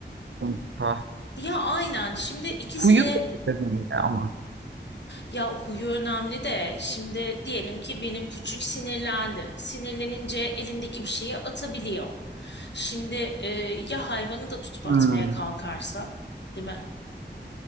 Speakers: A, on the right; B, on the left.
A: sonuçta.
B: ya aynen şimdi ikisi
A: Kuyu
B: de
A: da çok önemli ama.
B: Ya huyu önemli de şimdi diyelim ki benim küçük sinirlendi. Sinirlenince elindeki bir şeyi atabiliyor. Şimdi e, ya hayvanı da tutup
A: Hmm.
B: atmaya kalkarsa, değil mi?